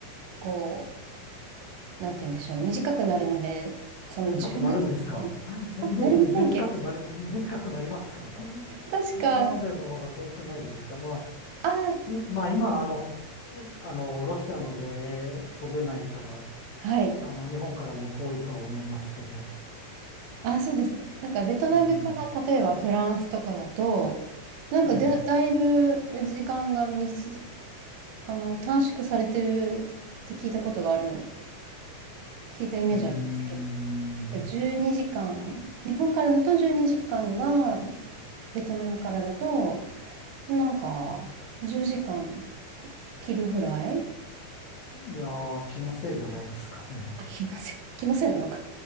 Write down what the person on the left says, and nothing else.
短くなるんですか
<laughs> め短くなりま、
短くなりますか
東南アジアの方が遠くないですかま
あ、いまあ今、あの、あの、ロシアの上へ飛べないから、
あの、日本からも遠いとは思いますけど。
うん。
ええ。
うーん。
いやー、気のせいじゃないですかね。